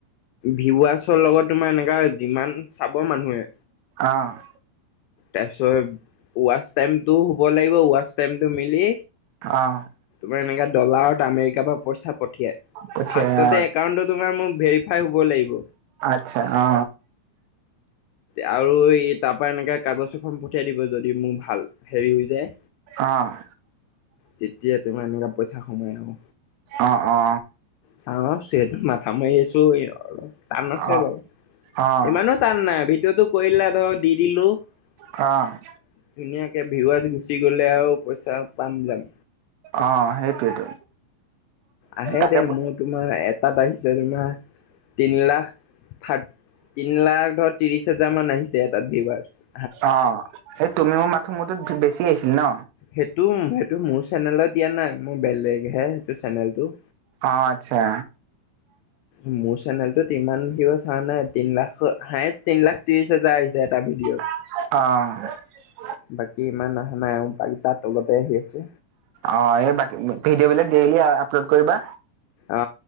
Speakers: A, on the left; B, on the right.
A: ভিৱাৰ্চৰ লগত তোমাৰ এনেকা যিমান চাব মানুহে
B: অহ ',
A: তাৰপিছত ৱচ টাইমটো হব লাগিব ৱচ টাইমটো মিলি
B: অ',
A: ত এনেকা ডলাৰত আমেৰিকা পৰা পইছা পঠিয়াই
B: পঠিয়াই
A: ফাৰ্ষ্টততে
B: অ
A: একাউণ্টটো তোমাৰ মুৰ ভেৰিফাই হব লাগিব।
B: আচ্ছা অ,
A: আৰু এই তাৰ পৰা এনেকে কাগজ এখন পঠিয়াই দিব যদি মোৰ ভাল হেৰি হৈ যায়।
B: অ',
A: তেতিয়া তোমাৰ এনেকুৱা পইচা সোমাই আৰু।
B: অ অ
A: চাও ৰ সিহেতৰ মাথা মাৰি আছো অলপ টান আছে
B: অ
A: বাৰু
B: অ',
A: ইমানো টান নাই আবি টো কৰিলা ধৰ দি দিলো ধুনীয়াকে
B: অ'।
A: ভিৱাৰ্ছ গুচি গলে আৰু পইচা পাম যাম।
B: অ', সেইটোৱেতো
A: আহে
B: তাকে
A: দেই
B: ব
A: মোৰ তোমাৰ এটাত আহিছে তোমাৰ তিন লাখ থাৰ তিন লাখ ধৰ ত্ৰিশ হাজাৰ মান আহিছে এটা ভিৱাৰ্ছ
B: অ, এই তুমি মোৰ মাথো মত বেছি আহিছিল ন।
A: সেইটো- সেইটো মোৰ চেনেলত দিয়া নাই মোৰ বেলেগ হে সেইটো চেনেলটো।
B: আচ্ছা।
A: মোৰ চেনেলটোত ইমান ভিউ চ নাই তিন লাখ হায়েছ তিন লাখ ত্ৰিশ হাজাৰ আহি হৈছে এটা ভিডিঅ'।
B: অহ ',
A: বাকী ইমান অহা নাই আৰু বাকী তাত তলতে আহি আছে।
B: অ', এই বাকী ভিডিঅ' বিলাক ডেইলি আপলোড কৰিবা।
A: অ,